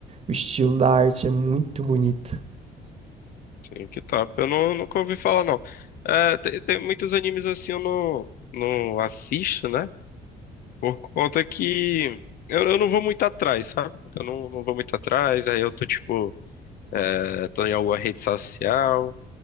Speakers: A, on the right (about 40°); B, on the left (about 60°).
A: O estilo da arte é muito bonito.
B: Sim, que top. Eu não, nunca ouvi falar, não. É, tem, tem muitos animes assim eu não, não assisto, né? Por conta que eu, eu não vou muito atrás, sabe? Eu não, não vou muito atrás. Aí eu tô, tipo, é, tô em alguma rede social.